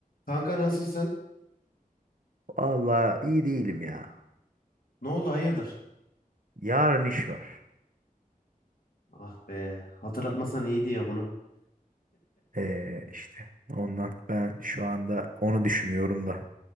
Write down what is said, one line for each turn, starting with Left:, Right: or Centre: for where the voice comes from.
Left: Kanka nasılsın?
Right: Vallahi iyi değilim ya.
Left: Ne oldu hayırdır?
Right: Yarın iş var.
Left: Ah be hatırlatmasan iyiydi ya bunu.
Right: Ee, işte ondan ben şu anda onu düşünüyorum da.